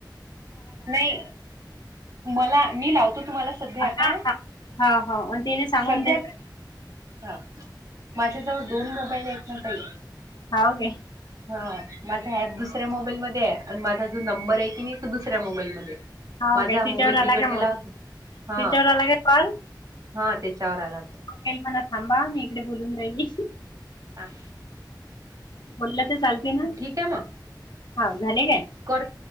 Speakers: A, on the right; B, on the left.
A: नाही मला मी, लावतो तुम्हाला. सध्या
B: हा.
A: आता.
B: हा. ह. मग, तिने सांगून
A: सध्याच
B: दिलंय.
A: हां माझ्या जवळ दोन, मोबाईल आहेत ना ताई.
B: हाऊ के.
A: हा माझा एप दुसऱ्या मोबाईलमध्ये, आणि माझा जो नंबर आहे की नाही तो दुस दुसऱ्या मोबाईल मध्ये,
B: हाव
A: माझा
B: काय तिच्यावर
A: मोबाईल
B: आला
A: बिघडलेला.
B: का मग
A: हा.
B: तिच्यावर आला का कॉल
A: हा. त्याच्यावर आला तो.
B: एलपणा थांबा मी, इकडे बोलून राहिल.
A: हां.
B: बोललं तर चालतंय ना,
A: ठीक आहे मग.
B: हा झाले काय?
A: कर